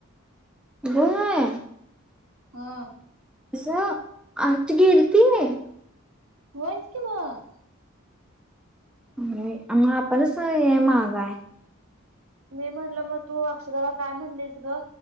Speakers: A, in the centre; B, on the right.
A: होय
B: हा
A: कस आज ती गेलती व्हय
B: होयच कि मग
A: <unintelligible> <unintelligible> हे महाग हाय
B: मी म्हणल म तू अक्षराला काय म्हणलीस ग,